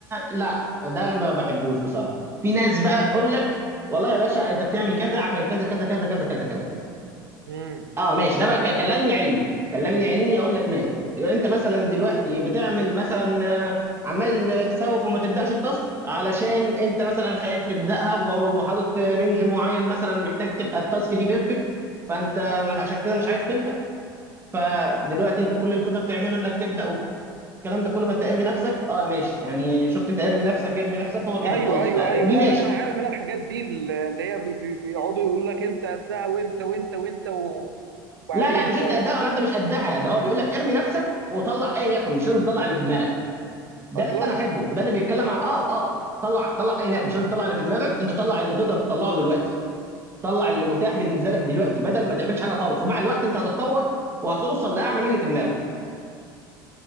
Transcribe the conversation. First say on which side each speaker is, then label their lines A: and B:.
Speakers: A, on the right; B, on the right.
A: لا ده انا ما بحبوش بصراحه في ناس بقى تقول لك والله يا باشا انت بتعمل كذا عشان كذا كذا كذا كذا كذا كذا كذا
B: <laughs> امم
A: اه ماشي ده بقى ك- كلمني علمي كلمني علمي اقول لك ماشي يبقى انت مثلا دلوقتي بتعمل مثلا آه، عمال تسوف وما تبداش التاسك علشان انت مثلا خايف تبداها و- وحاطط رينج معين مثلا محتاج تبقى التاسك دي بيرفكت فانت عشان كده مش عايز تبدا فدلوقتي انت كل اللي تقدر تعمله انك تبدا والكلام ده كله فانت ارمي نفسك اه ماشي يعني شفت انت ارمي نفسك ارمي نفسك هو كده
B: ايوه
A: خلاص
B: ايوه
A: فدي
B: ايوه لا
A: ماشي
B: لا انا عارف انا الحاجات دي اللي هي بي- بي- بيقعدوا يقول لك انت قدها وانت وانت وانت و- وبعدين
A: لا لا مش انت
B: طيب
A: قدها ولا انت مش قدها ده هو بيقول لك ارمي نفسك وطلع ايا يكن مش لازم تطلع اللي في دماغك ده
B: اصلا
A: اللي انا احبه وده اللي بيتكلم عن اه اه طلع طلع ايه هناك مش لازم تطلع اللي في دماغك انت طلع اللي تقدر تطلعه دلوقتي طلع اللي متاح بالنسبه لك دلوقتي بدل ما تعملش حاجه خالص ومع الوقت انت هتتطور وهتوصل لاعلى من اللي في دماغك